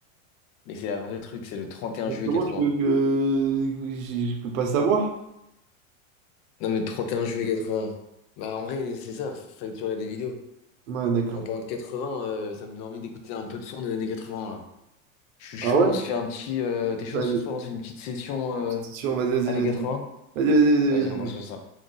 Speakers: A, on the left (about 40°); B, on the right (about 70°).
A: Mais c'est la vraie truc, c'est le 31
B: Mais
A: juillet
B: Comment
A: 80.
B: tu veux que. Je je peux pas savoir?
A: Non, mais 31 juillet 80. Bah, en vrai, c'est ça, fallait que tu regardes des vidéos.
B: Ouais, d'accord.
A: En parlant de 80, euh, ça me donne envie d'écouter un peu de son des années 80 là. Je suis chaud,
B: Ah ouais?
A: on se fait un petit. euh, t'es chaud
B: Vas-y,
A: ce soir, on se fait une petite session euh,
B: c'est sûr, vas-y, vas-y,
A: années
B: vas-y.
A: 80?
B: Vas-y, vas-y,
A: Vas-y,
B: vas-y.
A: on
B: vas-y.
A: part sur ça.